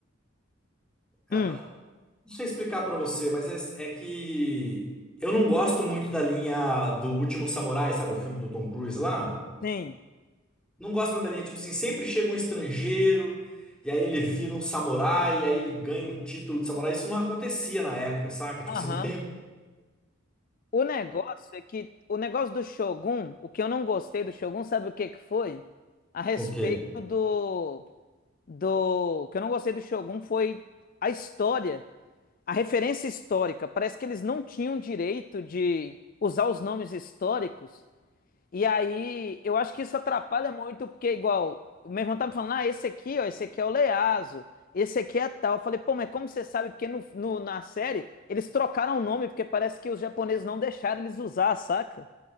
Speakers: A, in the centre; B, on the left.
A: ah,
B: Hum,
A: eu não não sei explicar pra você, mas é, é que eu não gosto muito da linha do Último Samurai, sabe? O filme do Tom Cruise lá.
B: Sim.
A: Não gosto muito da linha, tipo assim, sempre chega um estrangeiro, e aí ele vira um samurai, e aí ele ganha um título de samurai. Isso não acontecia na época, saca? Tipo
B: Aham.
A: assim, não tem
B: O negócio é que o negócio do Shogun, o que eu não gostei do Shogun, sabe o que que foi? A respeito
A: o quê?
B: do do o que eu não gostei do Shogun foi a história, a referência histórica. Parece que eles não tinham direito de usar os nomes históricos E aí, eu acho que isso atrapalha muito, porque igual, o meu irmão tá me falando, ah, esse aqui, ó, esse aqui é o Leazo, esse aqui é tal. Eu falei, pô, mas como você sabe? Porque no, no- na série, eles trocaram o nome, porque parece que os japoneses não deixaram eles usar, saca?